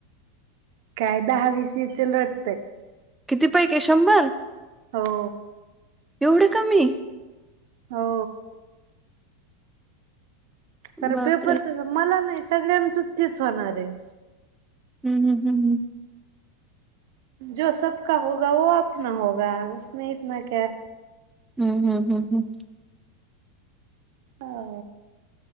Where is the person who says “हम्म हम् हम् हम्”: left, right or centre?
Centre